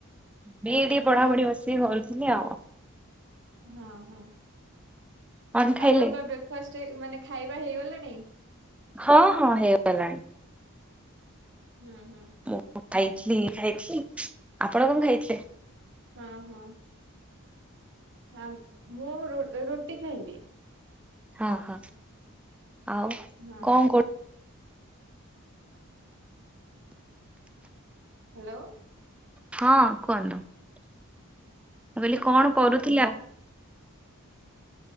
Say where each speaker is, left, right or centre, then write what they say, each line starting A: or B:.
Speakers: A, in the centre; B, on the right (about 60°).
A: ବିଇଡ଼ି ପଢ଼ାପଢ଼ି ବସିକି କରୁଥିଲି ଆଉ।
B: ହଁ, ହଁ
A: କଣ ଖାଇଲେ?
B: ଆପଣଙ୍କ ବ୍ରେକଫାଷ୍ଟ ଏ, ମାନେ ଖାଇବା ହେଇଗଲାଣି?
A: ହଁ ହଁ ହେଇଗଲାଣି।
B: ହୁଁ, ହୁଁ।
A: ମୁଁ ଖାଇଥିଲି ଖାଇଥିଲି, ଆପଣ କଣ ଖାଇଥିଲେ?
B: ହଁ, ହଁ। ହ୍ୟାମ୍ ମୁଁ ରୁ- ରୁଟି ଖାଇଲି।
A: ହଁ ହଁ ଆଉ କଣ
B: ହଁ
A: କର
B: ହେଲୋ।
A: ହଁ କୁହନ୍ତୁ, ମୁଁ କହିଲି କଣ
B: ହଁ କୁହନ୍ତୁ
A: କରୁଥିଲ?